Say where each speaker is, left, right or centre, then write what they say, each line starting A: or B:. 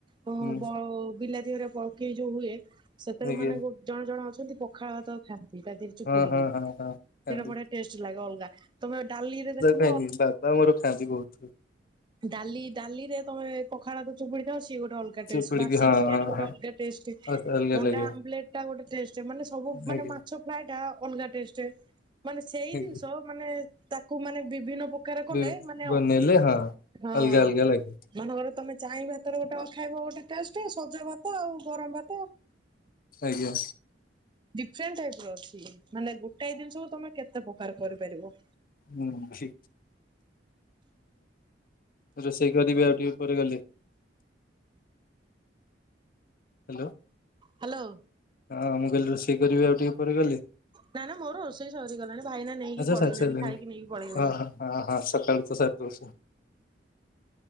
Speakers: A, on the right; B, on the left.
A: ଅ
B: ମୁଁ
A: ବ ବିଲାତି ହେରିକା ପକେଇ ଯୋଉ ହୁଏ। ସେଥିରେ
B: ଆଜ୍ଞା
A: ମାନେ ଗୋ ଜଣେ ଜଣେ ଅଛନ୍ତି ପଖାଳ ଭାତ ଖାଆନ୍ତି ତା ଦେହରେ ଚୁପୁଡିକିରି।
B: ହଁ ହଁ ହଁ ହଁ
A: ସେଇଟା
B: ଖାଆନ୍ତି
A: ବଢିଆ ଟେଷ୍ଟ ଲାଗେ ଅଲଗା ତମେ ଡାଲିରେ ଦେଖୁନ
B: ଖାଇନି ବାପା ମୋର ଖାଆନ୍ତି ବହୁତୁ।
A: ଡଲି ଡାଲି ରେ ତମେ ପଖା ଚୁପୁଡି ଖାଅ ସିଏ ଗୋଟେ ଅଲଗା
B: ଚିପୁଡିକି
A: ଟେଷ୍ଟ ବାସି
B: ହଁ
A: ଚିକେନ୍
B: ହଁ
A: ଗୋଟେ
B: ହଁ
A: ଅଲଗା ଟେଷ୍ଟ। ଷ୍ଟେ
B: ଅସ- ଅଲଗା
A: ଅଣ୍ଡା
B: ଲାଗିବ
A: ଆମ୍ୱଲେଟ୍ ଟା ଗୋଟେ ଟେଷ୍ଟ ମାନେ ସବୁ ମାନେ
B: ଆଜ୍ଞା
A: ମାଛ ଫ୍ରାଏ ଟା ଓନଗା ଟେଷ୍ଟ ମାନେ ସେଇ
B: ଆଜ୍ଞା
A: ଦିନଷ ମାନେ ତାକୁ ମାନେ ବିଭିନ୍ନ ପ ପ୍ର କଲେ
B: ବି-
A: ମାନେ
B: ବନେଇଲେ
A: ଅ
B: ହଁ
A: ହଁ
B: ଅଲଗା ଅଲଗା ଲାଗେ
A: ମନେ କର ତମେ ଚାଇଁ ଭାତର ଗୋଟେ ଅ ଖାଇବ ଗୋଟେ ଟେଷ୍ଟ ସଜ ଭାତ ଆଉ ଗରମ ଭାତ
B: ଆଜ୍ଞା।
A: ଡିଫ୍ରେଣ୍ଟ ଟାଇପର ଅଛି। ମାନେ ଗୋଟାଏ ଜିନିଷକୁ ତମେ କେତେ ପ୍ରକାର କରିପାରିବ।
B: ହୁଁ ଛି ରୋଷେଇ କରିିବି ଆଉ ଟିକେ ପରେ ଗଲେ। ହାଲୋ।
A: ହାଲୋ।
B: ହଁ ମୁଁ କହିଲି ରୋଷେଇ କରିବି ଆଉ ଟିକେ ପରେ ଗଲେ।
A: ନା ନା ମୋ ରୋଷେଇ ସରିଗଲାଣି ଭାଇନା ନେଇକି
B: ଆଛା
A: ପଳେଇଲାଣି
B: ସରିଶାଇଲେଣି
A: ଖାଇକି ନେଇକି ପଳେଇଲେଣି
B: ଆହା ଆହା ସକାଳୁ ତ ସାରି ଦୋଉଚ।